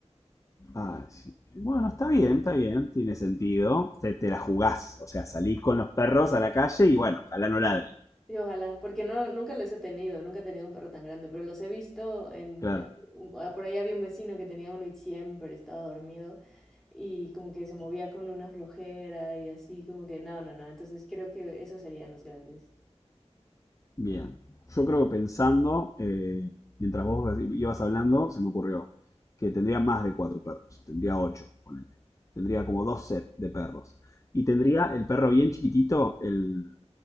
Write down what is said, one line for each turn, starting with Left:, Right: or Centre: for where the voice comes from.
Left: Ah, sí. Bueno, está bien, está bien, tiene sentido. Te, te la jugás, o sea, salís con los perros a la calle y bueno, ojalá no ladren.
Centre: Y ojalá, porque no, nunca los he tenido, nunca he tenido un perro tan grande, pero los he visto en...
Left: Claro,
Centre: eh, u- a- Por ahí había un vecino que tenía uno y siempre estaba dormido y como que se movía con una flojera y así, como que no, no, no, entonces creo que esos serían los grandes.
Left: bien. Yo creo que pensando, eh, mientras vos ibas hablando, se me ocurrió que tendría más de cuatro perros, tendría ocho, ponele. Tendría como dos sets de perros. Y tendría el perro bien chiquitito, el,